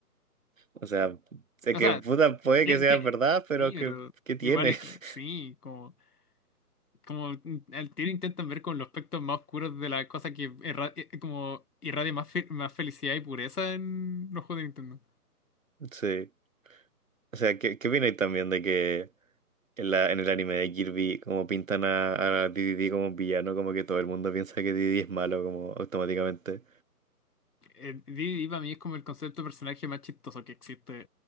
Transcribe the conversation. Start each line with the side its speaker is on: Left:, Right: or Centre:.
Right: O sea, sé
Left: O
Right: que
Left: sea,
Right: puta puede
Left: tiene,
Right: que sea
Left: tiene-
Right: verdad, pero
Left: sí, pero
Right: que, ¿qué tiene?
Left: igual es.
Right: <laughs>
Left: que- Sí, como. Como mm, al tiro intentan ver con los aspectos más oscuros de la cosa que erra- eh, como irradia más, fe- más felicidad y pureza en los juegos de Nintendo.
Right: Sí. O sea, ¿qué, qué opináis también de que... En la, en el anime de Kirby, como pintan a, a DDD como un villano, como que todo el mundo piensa que DDD es malo, como automáticamente.
Left: Eh, Didi para mí es como el concepto de personaje más chistoso que existe.